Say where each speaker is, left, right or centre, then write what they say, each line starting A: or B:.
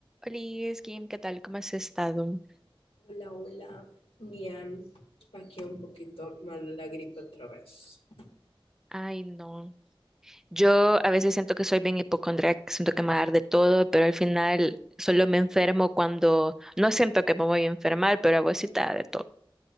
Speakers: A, in the centre; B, on the left.
A: Hola, Kim, ¿qué tal? ¿Cómo has estado?
B: Hola, hola. Bien, aquí un poquito mal de la gripe otra vez.
A: Ay, no. Yo a veces siento que soy bien hipocondríaca, que siento que me va a dar de todo, pero al final solo me enfermo cuando no siento que me voy a enfermar, pero a vos sí te da de todo.